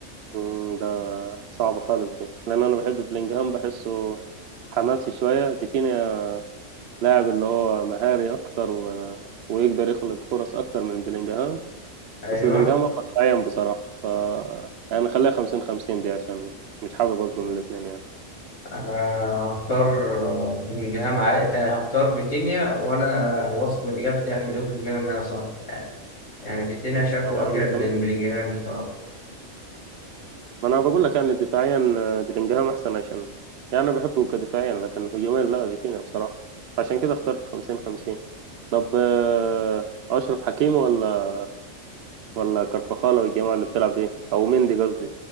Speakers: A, on the right; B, on the left.
A: مم، صعبة خالص دي لأن أنا بحب بلينجهام بحسه حماسي شوية فيتينيا لاعب اللي هو مهاري أكتر و... ويقدر يخلق فرص أكتر من بلينجهام
B: ايوه
A: بس بلينجهام أقوى دفاعيا بصراحة ف يعني خليها خمسين خمسين دي عشان مش حابب أظلم الاتنين يعني
B: انا هختار بلينجهام عادي هختار فيتينيا وانا واثق من اجابتي يعني مليون في المية انها صح يعني فيتينيا شافه
A: طب يا
B: افيد
A: عم تمام
B: من بلينجهام الصراحة
A: ما أنا بقول لك يعني دفاعيا بلينجهام أحسن عشان يعني أنا بحبه كدفاعيا لكن هجوميا لا فيتينيا بصراحة عشان كده اخترت خمسين خمسين طب آه، أشرف حكيمي ولا ولا كرفخالة والجماعة اللي بتلعب دي أو مندي قصدي